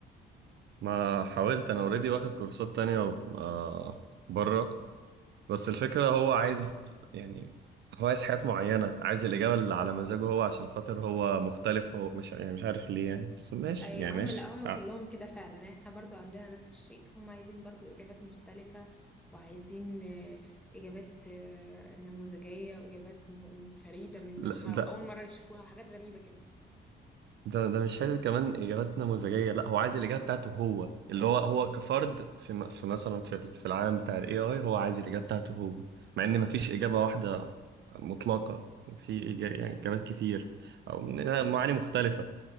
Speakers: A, on the right (about 60°); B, in the centre.
A: ما حاولت أنا أوريدي واخد كورسات تانية آه، بره بس الفكرة هو عايز يعني هو عايز حاجات معينة عايز الإجابة اللي على مزاجه هو عشان خاطر هو مختلف هو مش يعني مش عارف ليه يعني بس ماشي
B: اي
A: يعني
B: هم
A: ماشي
B: لا هم
A: ع-
B: كلهم كده فعلا يعني احنا برضو عندنا نفس الشيء هم عايزين برضو اجابات مختلفة وعايزين آه، اجابات آه، نموذجية واجابات م- فريدة من
A: لا
B: نوعها
A: ده
B: واول مرة يشوفوها وحاجات غريبة كده
A: ده ده مش عايز كمان إجابات نموذجية لا هو عايز الإجابة بتاعته هو اللي هو هو كفرد في م- في مثلا في ال- في العالم بتاع ال AI هو عايز الإجابة بتاعته هو مع إن مفيش إجابة واحدة مطلقة في إجا- يعني إجابات كتير أو من- معاني مختلفة